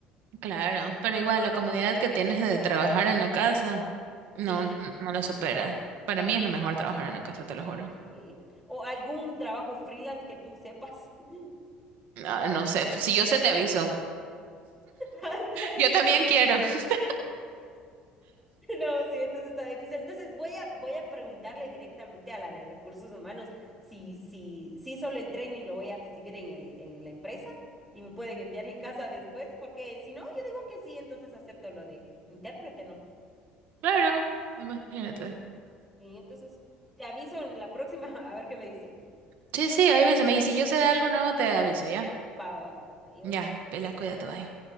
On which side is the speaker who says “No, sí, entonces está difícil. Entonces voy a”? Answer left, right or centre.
Centre